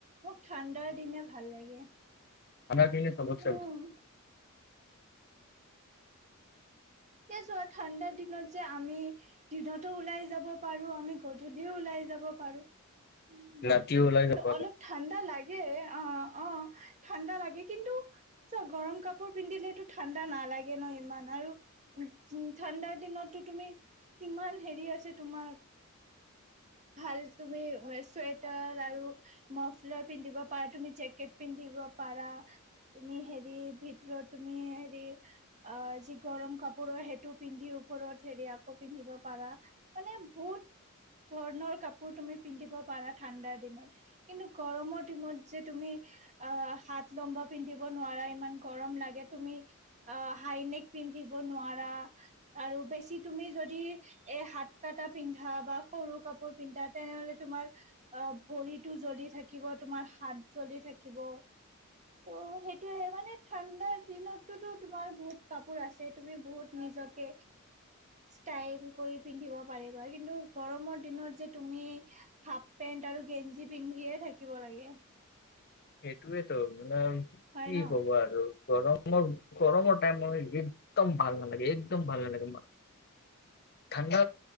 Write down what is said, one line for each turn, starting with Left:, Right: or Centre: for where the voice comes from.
Right: মোক ঠাণ্ডাৰ দিনে ভাল লাগে।
Left: আমাৰ পিনে চবত
Right: উম।
Left: চে বেয়া।
Right: তে যোৱা ঠাণ্ডাৰ দিনত যে আমি দিনত। ওলাই যাব পাৰো আমি গধূলিও ওলাই যাব পাৰো। উ
Left: ৰাতি ওলাই যাব
Right: অলপ ঠাণ্ডা লাগে অ অ। ঠাণ্ডা লাগে কিন্তু চ গৰম কাপোৰ পিন্ধিলেতটো ঠাণ্ডা নালাগে ন ইমান আৰু। উ উ ঠাণ্ডাৰ দিনততো তুমি কিমান হেৰি আছে তোমাৰ। অ <unintelligible> ভাল তুমি চুৱেটাৰ আৰু মাফলাৰ পিন্ধিব পাৰা তুমি জেকেট পিন্ধিব পৰা তুমি হেৰি ভিতৰত তুমি হেৰি যি গৰম কাপোৰ সেইটো পিন্ধি ওপৰত হেৰি আকৌ পিন্ধিব পাৰা মানে বহুত ধৰণৰ কাপোৰ তুমি পিন্ধিব পাৰা ঠাণ্ডাৰ দিনত কিন্তু গৰমৰ দিনত যে তুমি হাত লম্বা পিন্ধব নোৱাৰা ইমান গৰম লাগে তুমি হাইনেক পিন্ধিব নোৱাৰা আৰু বেছি তুমি যদি এ হাত কাটা পিন্ধা বা সৰু কাপোৰ পিন্ধা তেনেহলে তোমাৰ অ ভৰিতটো জ্বলি থাকিব তোমাৰ হাত জ্বলি থাকিব। থাকিব। ত সেইটোয়ে মানে ঠাণ্ডাৰ দিনতটো তোমাৰ বহুত কাপোৰ আছে তুমি বহুত নি নিজকে ষ্টাইল কৰি পিন্ধিব পাৰিবা কিন্তু গৰমৰ দিনত যে তুমি হাফ পেন্ট আৰু গেঞ্জি পিন্ধিয়ে থাকিব লাগে।
Left: সেইটোৱেতো মানে
Right: হয়
Left: কি
Right: ন
Left: হব আৰু গৰমৰ গৰমৰ টাইম মই একদম ভাল নালাগে একদম ভাল নালাগে ঠাণ্ডা